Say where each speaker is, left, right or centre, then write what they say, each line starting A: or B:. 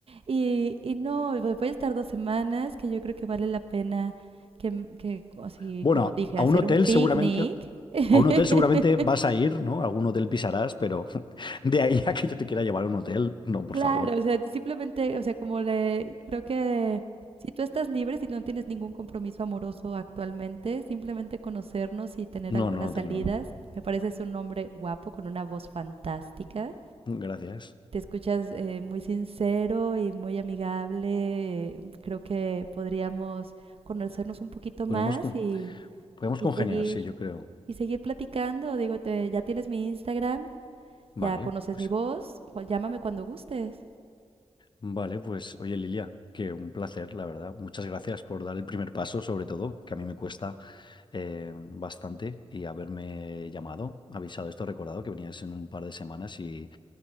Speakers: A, on the right (about 55°); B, on the left (about 45°).
A: Y, y no, y voy voy a estar dos semanas, que yo creo que vale la pena que, m- que así
B: Bueno,
A: como dije,
B: a
A: hacer
B: un hotel
A: un picnic.
B: seguramente,
A: <laughs>
B: a un hotel seguramente vas a ir, ¿no? Algún hotel pisarás, pero <laughs> de ahí a que yo te quiera llevar a un hotel, no, por
A: Claro,
B: favor.
A: o sea, simplemente, o sea, como le, creo que si tú estás libre, si no tienes ningún compromiso amoroso actualmente, simplemente conocernos y tener
B: No,
A: algunas
B: no lo
A: salidas,
B: tengo, no.
A: me parece es un hombre guapo con una voz fantástica.
B: Gracias.
A: te escuchas eh, muy sincero y muy amigable. eh, Creo que podríamos conocernos un poquito más
B: Podemos con-
A: y,
B: podemos
A: y
B: congeniar,
A: seguir
B: sí, yo creo.
A: y seguir platicando. Digo, te- ya tienes mi Instagram,
B: Vale,
A: ya conoces
B: pues,
A: mi voz, cu- llámame cuando gustes.
B: vale, pues, oye, Lilia, que un placer, la verdad. Muchas gracias por dar el primer paso, sobre todo, que a mí me cuesta eh, bastante, y haberme llamado, avisado esto, recordado que venías en un par de semanas y